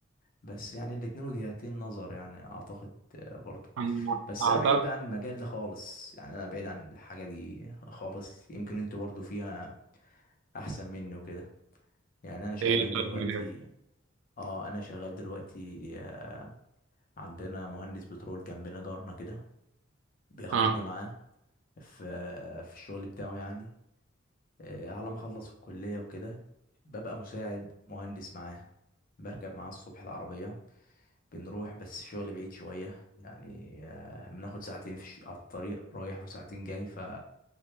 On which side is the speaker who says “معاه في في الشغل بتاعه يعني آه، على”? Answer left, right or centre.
Left